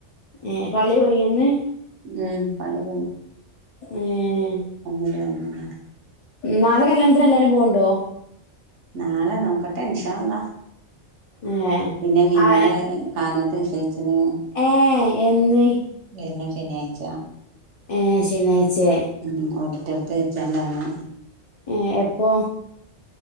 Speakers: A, on the left; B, on the right.
A: ഏഹ പള്ളി പോയിന്ന്.
B: ഉം പ <unintelligible> ല്ല.
A: ഏഹ
B: അന്നതെ അന്നെ.
A: നാളെകല്യാണത്തിന് എല്ലാരും പോണ് ണ്ടോ?
B: നാളെ നോക്കട്ടെ ഇനഷാള്ളോ
A: ഏ
B: പിന്നെ മിന്നുന്റെ
A: ആ
B: കാര്യ. കാനോത്തി നിച്ചയിച്ചിന്.
A: ഏഹ് എന്ന്.
B: വര്ണ ശനിയാഴ്ച.
A: ഏഹ് ശനിയാഴ്ചേ.
B: ഉം ഓഡിട്ടോറിയടുത്ത് വെച്ചാണ്ടാണ്.
A: ഏഹ എപ്പൊ?